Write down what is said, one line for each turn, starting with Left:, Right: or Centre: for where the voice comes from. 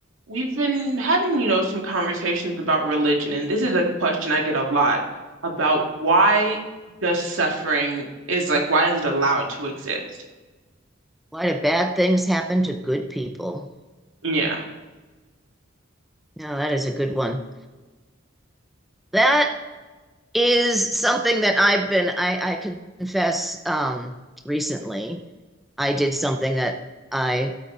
Right: We've been having, you know, some conversations about religion, and this is a question I get a lot about why does suffering is like, why is it allowed to exist?
Centre: Why do bad things happen to good people?
Right: Yeah.
Centre: No, that is a good one. That is something that I've been, I, I confess, um, recently. I did something that I